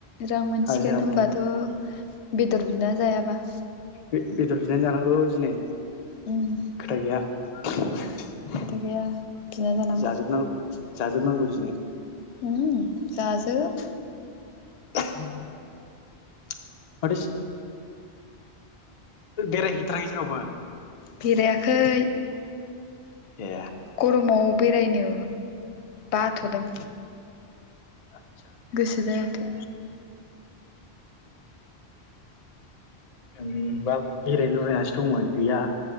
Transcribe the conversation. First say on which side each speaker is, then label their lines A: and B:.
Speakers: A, on the left; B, on the left.
A: रां मोनसिगोन
B: हाजिरा
A: होमबाथ बेदर बिना जायाबा
B: बे बेदर बिनानै जानांगौ दिनै
A: उम
B: खोथा गैया <unintelligible>
A: खोथा
B: <unintelligible>
A: गैया बिना जानांगौ
B: जाजोबनांगौ जाजोबनांगौ दिनै
A: उम जाजोब
B: <unintelligible> <unintelligible> बेराय हैथाराखै जेरावबो
A: बेरायाखै
B: ए
A: गरमब बेरायनो बाथ'दों
B: आतसा
A: गोसो जाया। <inaudible>
B: जोंबा बेरायनो लुबैनानैसो दंमोन गैया